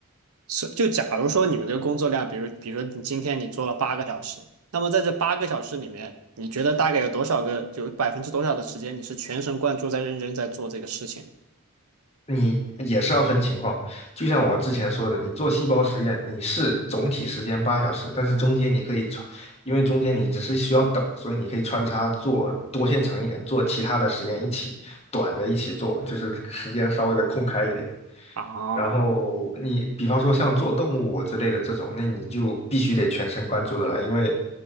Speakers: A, on the right (about 80°); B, on the left (about 25°).
A: 是，就假如说你们这个工作量，比如比如说你今天你做了八个小时，那么在这八个小时里面，你觉得大概有多少个，有百分之多少的时间你是全神贯注在认真在做这个事情？
B: 你也是要分情况，就像我之前说的，你做细胞实验，你是总体时间八小时，但是中间你可以穿，因为中间你只是需要等，所以你可以穿插做多线程一点，做其他的实验一起，短的一起做，就是时间稍微的空开一点。
A: 啊，
B: 然后你比方说像做动物之类的这种，那你就必须得全神贯注的了，因为